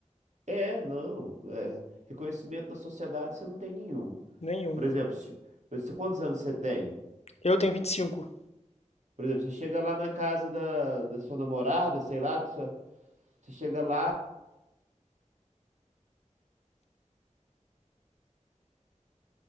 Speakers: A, on the right; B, on the left.
A: É, não. é, reconhecimento na sociedade você não tem nenhum.
B: Nenhum.
A: Por exemplo, se- você, quantos anos você tem?
B: Eu tenho vinte e cinco
A: Por exemplo, você chega lá na casa da, da sua namorada, sei lá, da sua- você chega lá.